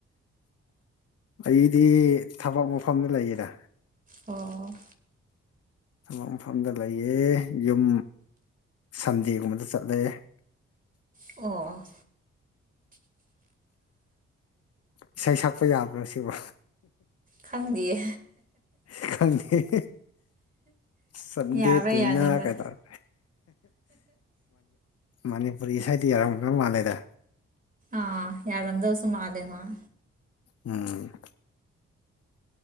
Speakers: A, on the left (about 55°); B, on the right (about 30°).
A: ꯑꯩꯗꯤ ꯊꯕꯛ ꯃꯐꯝꯗ ꯂꯩꯌꯦꯗ
B: ꯑꯣ
A: ꯊꯕꯛ ꯃꯐꯝꯗ ꯂꯩꯌꯦ ꯌꯨꯝ ꯁꯟꯗꯦꯒꯨꯝꯕꯗ ꯆꯠꯂꯦ
B: ꯑꯣ
A: ꯏꯁꯩ ꯁꯛꯄ ꯌꯥꯕ꯭ꯔꯣ ꯁꯤꯕꯣ
B: ꯈꯪꯗꯤꯌꯦ
A: ꯈꯪꯗꯦ ꯁꯟꯗꯦ
B: ꯌꯥꯕ꯭ꯔꯥ
A: ꯇꯨꯅ
B: ꯌꯥꯗꯕ꯭ꯔꯥ
A: ꯀꯩꯗꯧꯔꯦ ꯃꯅꯤꯄꯨꯔꯤ ꯢꯁꯩꯗꯤ ꯌꯥꯎꯔꯝꯗꯧ ꯃꯥꯜꯂꯤꯗ
B: ꯑꯥ ꯌꯥꯔꯝꯗꯧꯁꯨ ꯃꯜꯂꯦ ꯍꯣꯢ
A: ꯎꯝ